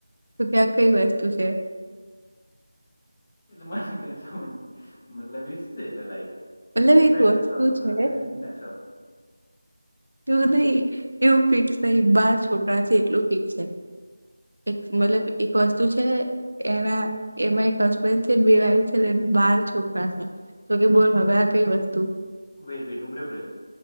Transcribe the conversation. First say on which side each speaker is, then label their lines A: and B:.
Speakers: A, on the right; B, on the left.
A: તો ત્યાં કઈ વસ્તુ છે?
B: <inaudible> એટલે મારે કંઈ સમજ મતલબ એજ છે એટલે લાઈફ.
A: મતલબ
B: એક વાઇફના
A: વસ્તુ
B: છ છોકરા
A: છે
B: હશે અને બીજીના છ.
A: એવું નહી. એવું ફિક્સ નહિ બાર છોકરા છે. એટલું ફિક્સ છે. એક મતલબ એક વસ્તુ છે. એના એમાં એક હસબન્ડ છે બે વાઈફ છે તેના બાર છોકરા છે. તો કે બોલ હવે આ કઈ વસ્તુ?
B: વેઇટ વેઇટ ઉભ રે ઉભરે.